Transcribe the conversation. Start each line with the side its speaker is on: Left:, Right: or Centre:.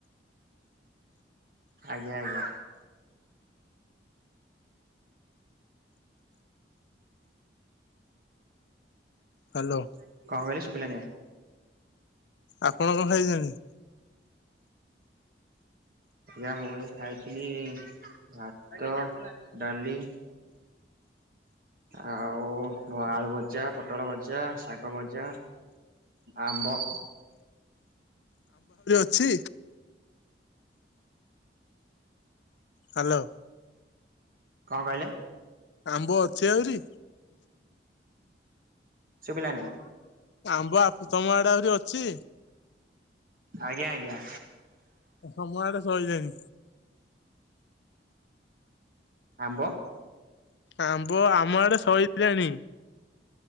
Right: ଆଜ୍ଞା ଆଜ୍ଞା।
Left: ହ୍ୟାଲୋ
Right: କଣ କହିଲେ ଶୁଭିଲାନି ଆଜ୍ଞା?
Left: ଆପଣ କଣ ଖାଇଛନ୍ତି?
Right: ଆଜ୍ଞା ମୁଁ ଏବେ ଖାଇଥିଲି ଭାତ, ଡାଲି ଆଉ ଆଳୁ ଭଜା, ପୋଟଳ ଭଜା, ଶାଗ ଭଜା। ଆମ୍ବ।
Left: ଛି ହାଲୋ।
Right: କଣ କହିଲେ?
Left: ଆମ୍ବ ଅଛି ଆହୁରି?
Right: ଶୁଭିଲାନି?
Left: ଆମ୍ବ ଆପ ତମ ଆଡେ ଆହୁରି ଅଛି?
Right: ଆଜ୍ଞା ଆଜ୍ଞା।
Left: ଆମ ଆଡେ ସଇଲାଣି।
Right: ଆମ୍ବ।
Left: ଆମ୍ବ ଆମ ଆଡେ ସଇଲାଣି।